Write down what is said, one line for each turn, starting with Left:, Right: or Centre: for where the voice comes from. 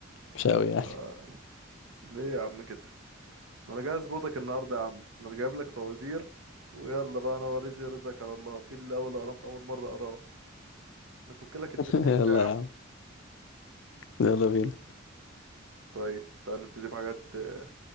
Left: مش قوي يعني
Right: آه، ليه يا عم كده انا جاي اظبطك النهارده يا عم انا جايب لك فوازير ويلا بقى انا ورزي رزقك على الله في اللي اول أرام اول مره اراه نفك لك الدنيا
Left: <laughs> يلا
Right: كده يا عم
Left: يا عم يلا بينا
Right: طيب تعال نبتدي بحاجات آه،